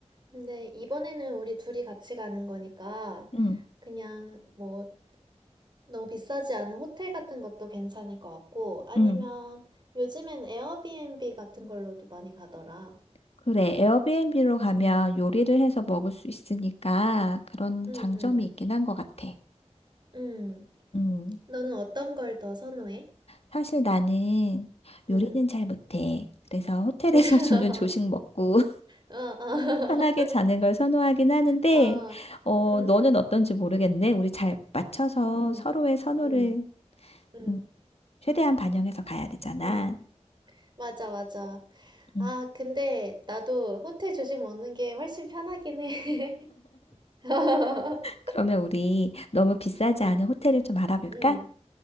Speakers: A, on the right; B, on the left.
A: 근데 이번에는 우리 둘이 같이 가는 거니까
B: 음,
A: 그냥 뭐 너무 비싸지 않은 호텔 같은 것도 괜찮을 것 같고 아니면
B: 음.
A: 요즘엔 에어비앤비 같은 걸로도 많이 가더라.
B: 그래. 에어비앤비로 가면
A: 음,
B: 요리를 해서 먹을 수 있으니까 그런
A: 음,
B: 장점이
A: 음,
B: 있긴 한 것 같아.
A: 음.
B: 음,
A: 너는 어떤 걸 더 선호해?
B: 사실 나는 요리는
A: 음.
B: 잘 못해. 그래서 호텔에서
A: <laughs>
B: <laughs> 주는 조식 먹고,
A: 어, 어,
B: 편하게 자는 걸 선호하긴 하는데,
A: <laughs> 어,
B: 어,
A: 음,
B: 너는 어떤지 모르겠네. 우리 잘 맞춰서
A: 음,
B: 서로의 선호를
A: 음, 음,
B: 음, 최대한 반영해서 가야 되잖아.
A: 음. 맞아, 맞아.
B: 음.
A: 아, 근데 나도 호텔 조식 먹는 게 훨씬 편하긴 해. <laughs>
B: 그러면 우리 너무 비싸지
A: 응,
B: 않은 호텔을 좀 알아볼까?
A: 응,